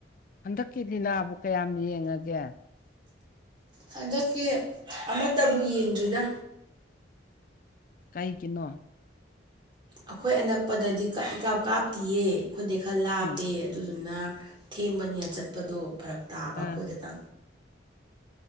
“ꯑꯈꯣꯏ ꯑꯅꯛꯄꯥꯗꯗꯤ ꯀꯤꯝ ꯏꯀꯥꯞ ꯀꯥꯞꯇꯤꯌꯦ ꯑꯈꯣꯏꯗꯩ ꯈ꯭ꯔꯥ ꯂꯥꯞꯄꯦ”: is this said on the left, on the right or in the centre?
Right